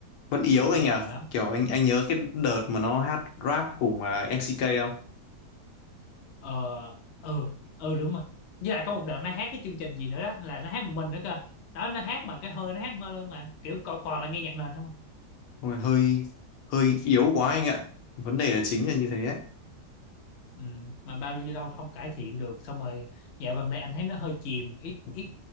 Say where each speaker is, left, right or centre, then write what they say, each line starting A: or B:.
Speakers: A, on the left; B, on the left.
A: vẫn yếu
B: cũng bị
A: anh
B: chê
A: nhỉ
B: nhiều lắm
A: kiểu anh anh nhớ cái đợt mà nó hát rap cùng ờ, MCK không
B: ờ ừ ừ đúng rồi với lại có một đợt nó hát cái chương trình gì nữa đó là nó hát một mình nữa cơ đó nó hát mà cái hơi nó hát mơ luôn mà kiểu co- toàn là nghe nhạc nền không à.
A: Ôi, hơi hơi yếu quá anh ạ vấn đề là chính là như thế ấy
B: ừ, mà bao nhiêu đâu không cải thiện được xong rồi dạo gần đây anh thấy nó hơi chìm ít ít